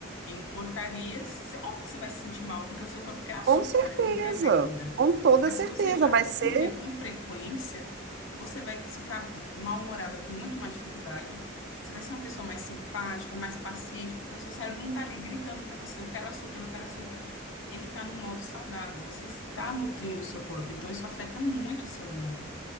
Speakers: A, on the left (about 70°); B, on the right (about 55°).
A: em porcarias, cê- óbvio que você vai se sentir mal, porque o seu corpo quer açúcar,
B: com certeza,
A: ele não quer verdura.
B: com toda
A: Mas
B: certeza,
A: se você já
B: vai ser
A: come, né, com frequência, você vai ficar mal-humorada com muito mais dificuldade. Você vai ser uma pessoa mais simpática, mais paciente, porque o seu cérebro não está ali gritando para você, eu quero açúcar, eu quero açúcar. Ele está num modo saudável, você está nutrindo o seu corpo, então isso afeta muito o seu humor,